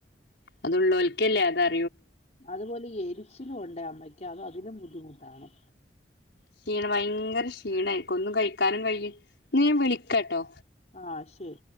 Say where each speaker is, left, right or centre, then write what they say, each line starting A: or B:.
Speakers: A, on the left (about 75°); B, on the left (about 40°).
A: അതുള്ളോൽ കില്ല്യാതാൺ
B: അതുപോലീ എരിച്ചിലുവൊണ്ടേ അമ്മയ്ക്ക് ക്ക്യത് അതിലും ബുദ്ധിമുട്ടാണ്
A: ക്ഷീണം വയങ്കര ക്ഷീണായിരിക്കൊന്നും കഴിക്കാനും കഴിയു ന്ന ഞാൻ വിളിക്കാട്ടോ
B: ആഹ് ശരി